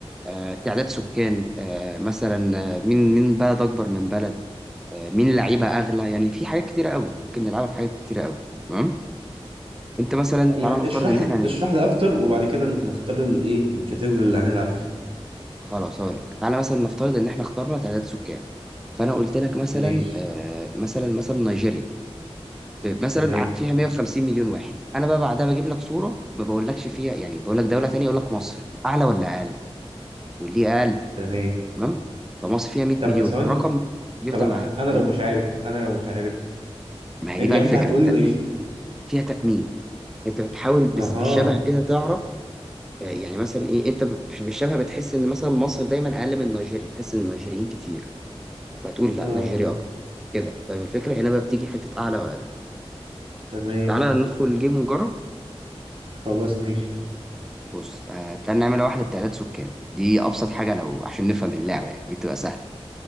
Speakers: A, in the centre; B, on the right.
A: آه، تعداد سكان آه، مثلا آه، مين مين بلد أكبر من بلد آه، مين لعيبة أغلى يعني في حاجات كتيرة قوي ممكن نلعبها في حاجات كتيرة قوي تمام؟ أنت مثلا
B: يعني
A: تعالى نفترض
B: اشرح
A: إن إحنا
B: لي
A: هنلعب.
B: اشرح لي اكتر وبعد كده نختار الايه الكاتيجوري اللي هنلعب فيه
A: خلاص هقول لك تعالى مثلا نفترض إن إحنا اخترنا تعداد سكان فأنا قلت لك مثلا
B: ماشي
A: آه، مثلا مثلا نيجيريا ب- مثلا
B: تمام
A: ع- فيها 150 مليون واحد انا بقى بعدها بجيب لك صوره ما بقولكش فيها يعني بقول لك دوله تانية اقول لك مصر اعلى ولا اقل يقول لي اقل
B: تمام
A: تمام فمصر فيها 100
B: طب
A: مليون
B: ثواني
A: الرقم بيفضل
B: طب
A: معانا
B: انا
A: م.
B: لو مش عارف انا لو مش عارف
A: ما هي
B: يعني
A: دي بقى الفكره
B: انت هتقول
A: انت
B: لي إن ايش
A: فيها تخمين انت بتحاول بس
B: اها
A: بالشبه كده تعرف آه، يعني مثلا ايه انت ب- مش بالشبه بتحس ان مثلا مصر دايما اقل من نيجيريا تحس ان النيجيريين كتير فتقول لا
B: اه
A: نيجيريا اكتر كده فاهم الفكره هنا بقى بتيجي حته اعلى واقل
B: تمام
A: تعالى ندخل الجيم ونجرب
B: خلاص ماشي
A: بص آه، تعال نعمل واحدة بتعداد سكان دي أبسط حاجة لو عشان نفهم اللعبة يعني دي بتبقى سهلة